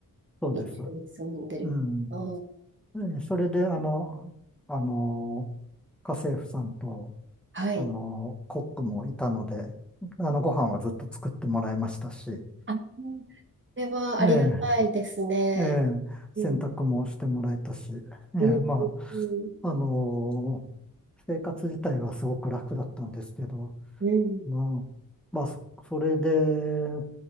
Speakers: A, in the centre; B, on the right (about 35°).
A: そうです。
B: 一緒に住んでる。
A: うん。
B: ああ、
A: でそれで、あの、あの、家政婦さんと、
B: はい。
A: あの、コックもいたので、あの、ご飯はずっと作ってもらいましたし、ね
B: あ、それはありがたいですね。
A: え、ええ、ええ、洗濯もしてもらえたし、
B: うん。
A: ええ、
B: うん。
A: ま
B: うん。
A: あ、あの、生活自体はすごく楽だったんですけど、
B: うん。
A: まあ、まあ、そ、それで、